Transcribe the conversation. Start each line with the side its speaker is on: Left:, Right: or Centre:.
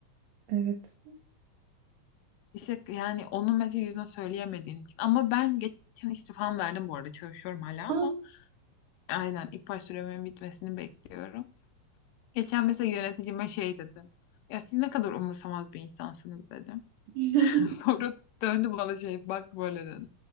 Right: Evet.
Left: İşte yani onun mesela yüzüne söyleyemediğin için. Ama ben geçen istifam verdim bu arada. Çalışıyorum hala ama
Right: Aa,
Left: aynen ilk baş süremin bitmesini bekliyorum. Geçen mesela yöneticime şey dedim. Ya siz ne kadar umursamaz bir insansınız dedim.
Right: <laughs>
Left: Sonra döndü bana şey baktı böyle dedi.